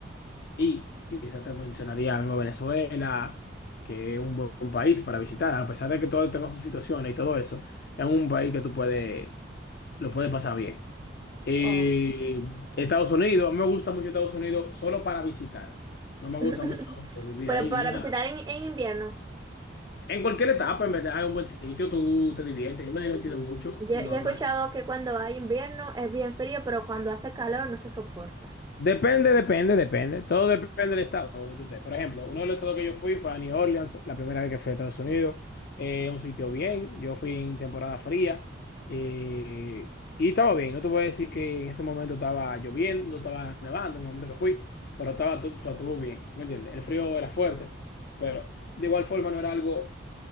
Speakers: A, on the left; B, on the right.
A: ir. Quizá te mencionaría mismo Venezuela, que es un buen país para visitar, a pesar de que todo tenga sus situaciones y todo eso, es un país que tú puedes, lo puedes pasar bien. Eh,
B: Oh.
A: Estados Unidos, a mí me gusta mucho Estados Unidos solo para visitar. No me
B: <laughs>
A: gusta mucho vivir
B: Pero
A: ahí
B: para
A: ni nada
B: visitar en, en invierno.
A: En cualquier etapa, en verdad, es un buen sitio, tú te diviertes. Yo me he divertido mucho,
B: Yo,
A: normal.
B: yo he escuchado que cuando hay invierno es bien frío, pero cuando hace calor no se soporta.
A: Depende, depende, depende. Todo depende del estado donde tú estés. Por ejemplo, uno de los estados que yo fui fue a New Orleans, la primera vez que fui a Estados Unidos. Eh, un sitio bien. Yo fui en temporada fría. eh, y estaba bien. No te voy a decir que en ese momento estaba lloviendo, no estaba nevando en el momento que fui, pero estaba todo, o sea, estuvo bien. ¿Tú me entiendes? El frío era fuerte, pero de igual forma no era algo